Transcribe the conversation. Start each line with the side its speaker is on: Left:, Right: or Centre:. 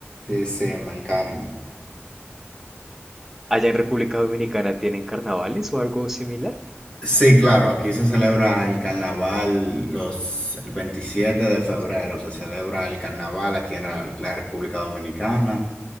Left: Sí, sí, me encanta.
Centre: Allá en República Dominicana tienen carnavales o algo similar.
Left: Sí, claro, aquí se celebra el carnaval los, el 27 de febrero, se celebra el carnaval aquí en la, la República Dominicana.